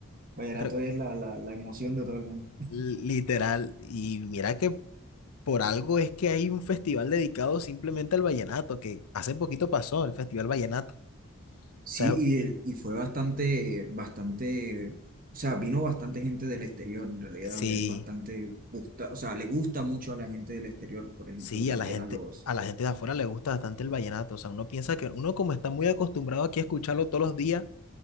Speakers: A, on the right; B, on the left.
A: Vallenato
B: Yo creo,
A: es la, la, la emoción de todo el mundo.
B: Literal, y mira que por algo es que hay un festival dedicado simplemente al vallenato, que hace poquito pasó el Festival Vallenato. O
A: Sí,
B: sea,
A: y, el- y fue bastante, bastante, o sea, vino bastante gente del exterior, en realidad
B: sí,
A: es bastante, gusta, o sea, le gusta mucho a la gente del exterior, por ejemplo,
B: sí,
A: también
B: a la gente,
A: a los,
B: a la gente de afuera le gusta bastante el vallenato. O sea, uno piensa que uno como está muy acostumbrado aquí a escucharlo todos los días,